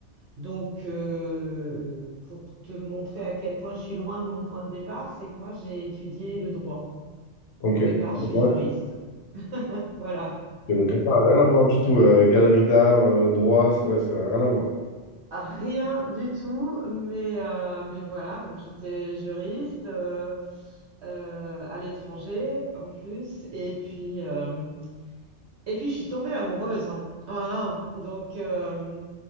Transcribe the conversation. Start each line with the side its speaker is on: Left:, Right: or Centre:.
Right: Donc, euh, pour te montrer à quel point je suis loin de mon point de départ, c'est que moi, j'ai étudié le droit.
Left: Ok.
Right: Au départ, je suis
Left: Ouais,
Right: juriste. Voilà.
Left: et donc, rien rien à voir du tout. euh, galerie d'art, euh, droit, ça- ouais, ça n'a rien à voir.
Right: Rien du tout, mais, euh, mais voilà, donc j'étais juriste euh, euh, à l'étranger en plus, et puis, euh, et puis je suis tombée amoureuse, hein. Voilà, donc euh,